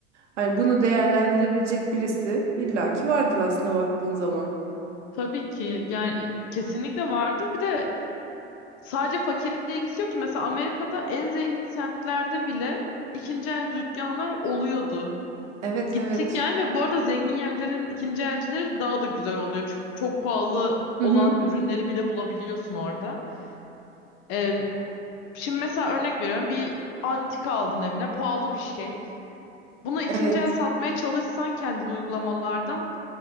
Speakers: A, on the right; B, on the left.
A: Hani bunu değerlendirebilecek birisi illaki vardır aslında baktığın zaman.
B: Tabii ki yani kesinlikle vardır. Bir de sadece fakirlikle ilgisi yok ki. Mesela Amerika'da en zengin semtlerde bile ikinci el dükkanlar oluyordu.
A: Evet
B: Gittik
A: evet.
B: yani ve bu arada zengin yerlerin ikinci elcileri daha da güzel oluyor. Çünkü çok pahalı
A: Hı
B: olan
A: hı.
B: ürünleri bile bulabiliyorsun orada. Ee, şimdi mesela örnek veriyorum bir antika aldın evine pahalı bir şey. Bunu ikinci
A: Evet.
B: el satmaya çalışsan kendin uygulamalardan